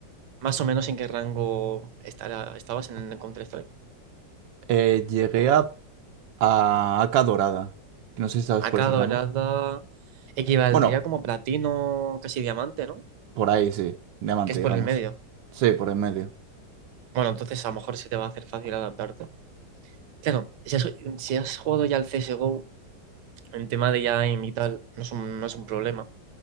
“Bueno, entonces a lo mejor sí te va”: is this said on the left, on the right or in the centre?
Right